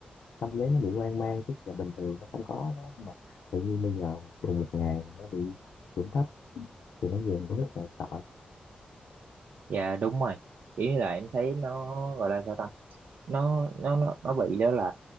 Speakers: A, on the left; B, on the right.
A: tâm lý nó bị hoang mang tức là bình thường nó không có đó Nhưng mà tự nhiên bây giờ cùng một ngày nó bị điểm thấp thì nó về nó rất là sợ
B: dạ đúng rồi kiểu như là em thấy nó gọi là sao ta nó nó nó nó bị đó là